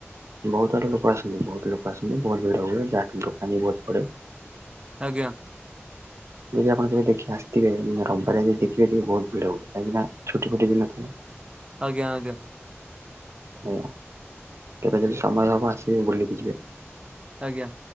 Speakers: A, on the right (about 80°); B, on the right (about 25°).
A: ବହୁତ ଆରେ ଲୋକ ଆସନ୍ତି। ବହୁତ ଲୋକ ଆସନ୍ତି। ବହୁତ ଭିଡ଼ ହୁଏ। ଯାହା କି ଦୋକାନୀ ବୋହୁତ ପଡେ।
B: ଆଜ୍ଞା।
A: ଯଦି ଆପଣ କେବେ ଦେଖି ଆସିଥିବେ ରବିବାର ଯଦି ଦେଖିବେ ଟିକେ ବହୁତ ଭିଡ ହୁଏ। କାହିଁକି ନା ଛୁଟି ଫୁଟି ଦିନ ଥିବ।
B: ଆଜ୍ଞା ଆଜ୍ଞା।
A: ଆଜ୍ଞା କେବେ ଯଦି ସମୟ ହବ ଆସିବେ ବୁଲିକି ଯିବେ।
B: ଆଜ୍ଞା।